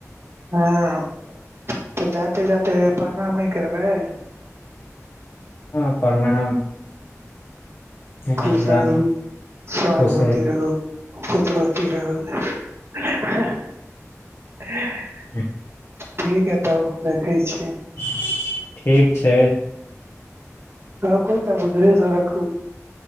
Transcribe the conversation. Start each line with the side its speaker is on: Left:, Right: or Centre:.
Right: हँ तऽ जाते जाते प्रणाम नइ करबै
Left: हँ प्रणाम राम
Right: खुश रहू
Left: राम
Right: सहागवती
Left: खुश
Right: रहू पुत्रवती रहू <unintelligible>
Left: <inaudible>
Right: ठीक है तब रखै छी
Left: <inaudible> ठीक छै
Right: रखु तक उधरे स रखू